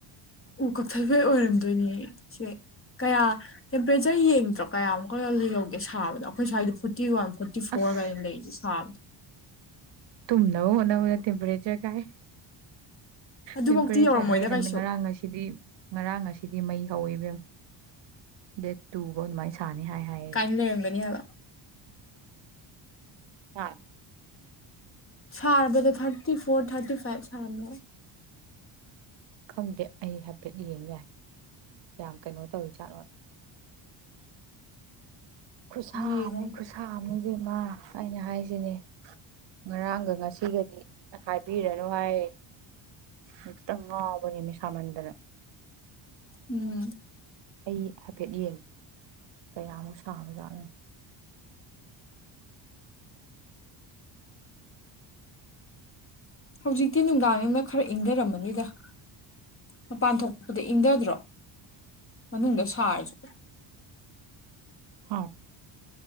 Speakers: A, on the left; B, on the right.
A: ꯎ ꯀꯛꯊꯠꯄꯩ ꯑꯣꯏꯔꯝꯗꯣꯏꯅꯦ ꯁꯦ ꯀꯌꯥ ꯇꯦꯝꯄꯔꯦꯆꯔ ꯌꯦꯡꯗ꯭ꯔꯣ ꯀꯌꯥꯃꯨꯛꯀ ꯌꯧꯒꯦ ꯁꯥꯕꯗ ꯑꯩꯈꯣꯏ ꯁ꯭ꯋꯥꯏꯗꯤ ꯐꯣꯔꯇꯤ ꯋꯥꯟ ꯐꯣꯔꯇꯤ ꯐꯣꯔ
B: ꯑꯁ
A: ꯀ ꯂꯩ ꯁꯥꯕ
B: ꯇꯨꯝꯅꯕꯨ ꯍꯅ ꯃꯅ ꯇꯦꯦꯝꯄꯔꯦꯆꯔ ꯀꯥꯏ
A: ꯑꯗꯨꯐꯧꯇꯤ
B: ꯇꯦꯝꯄꯔꯦꯆꯔ
A: ꯌꯧꯔꯝꯃꯣꯏꯗ
B: ꯍꯩ ꯍꯟ
A: ꯀꯩꯁꯨ
B: ꯉꯔꯥꯡ ꯑꯁꯤꯗꯤ ꯉꯔꯥꯡ ꯑꯁꯤꯗꯤ ꯃꯩ ꯍꯧꯋꯤꯕꯦꯝ ꯗꯦꯠ ꯇꯨꯐꯧ ꯑꯗꯨꯃꯥꯏꯅ ꯁꯥꯅꯤ ꯍꯥꯏ ꯍꯥꯏꯌꯦꯦ
A: ꯏꯟꯅꯕꯅꯤꯗ
B: ꯍ
A: ꯁꯥꯔꯕꯗ ꯊꯥꯔꯇꯤ ꯐꯣꯔ ꯊꯥꯔꯇꯤ ꯐꯥꯏꯚ ꯁꯥꯔꯝꯃꯦ
B: ꯈꯪꯗꯦ ꯑꯩ ꯍꯥꯏꯐꯦꯠ ꯌꯦꯡ ꯌꯥꯏ ꯀꯌꯥꯝ ꯀꯩꯅꯣ ꯇꯧꯔꯤꯖꯥꯠꯅꯣ ꯈꯨꯠꯁꯥꯝꯅꯤ
A: ꯌꯦꯡꯉꯣ ꯑꯝꯇ
B: ꯈꯨꯠꯁꯥꯝꯅꯤ ꯕꯦꯝꯃꯥ ꯑꯩꯅ ꯍꯥꯏꯁꯤꯅꯦ ꯉꯔꯥꯡꯒ ꯉꯁꯤꯒꯗꯤ ꯍꯥꯏꯕꯤꯔꯅꯨ ꯍꯥꯏ ꯑꯃꯇꯪ ꯉꯥꯎꯕꯅꯦ ꯃꯤꯁꯥꯃꯟꯗꯅ
A: ꯎꯝ
B: ꯑꯩ ꯍꯥꯏꯐꯦꯠ ꯌꯦꯡꯒꯦ ꯀꯌꯥꯃꯨꯛ ꯁꯥꯅ ꯆꯥꯠꯅꯨꯅꯤ
A: ꯍꯧꯖꯤꯛꯇꯤ ꯅꯨꯡꯗꯥꯡ ꯌꯗ ꯈꯔ ꯏꯪꯊꯔꯃꯅꯤꯗ ꯃꯄꯥꯟ ꯊꯣꯛꯄꯄꯗ ꯏꯪꯊꯗ꯭ꯔꯣ ꯃꯅꯨꯡꯗ ꯁꯥꯔꯁꯨ
B: ꯍꯥꯎ